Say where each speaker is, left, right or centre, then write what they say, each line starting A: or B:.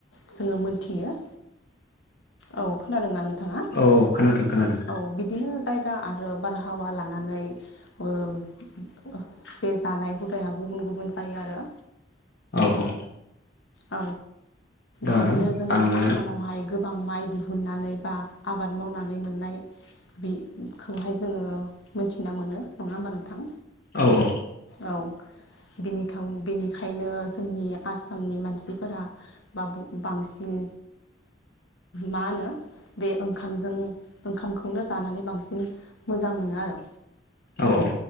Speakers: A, on the left; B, on the left.
A: जोङो मोनथियो
B: <inaudible>
A: औ खोनादोंना नोंथाङा
B: औ औ खोनादों खोनादों
A: औ बिदिनो जायगा आरो बारहावा जानानै ओ बे जानाय हुदाया गुबुन गुबुन जायो आरो
B: औ औ
A: औ
B: दा
A: बिदिनो जोंना
B: आङो
A: आसामावहाय गोबां माइ दिहुननानै बा आबाद मावनानै मोननाय बि खौहाय जोङो मोनथिना मोनो नङा होमबा नोंथां
B: औ औ
A: औ बिनिखायनो जोंनि आसामनि मान मानसिफोरा बा बांसिन मा होनो बे ओंखामजों ओंखामखौनो जानानै बांसिन मोजां मोनो आरो
B: औ-औ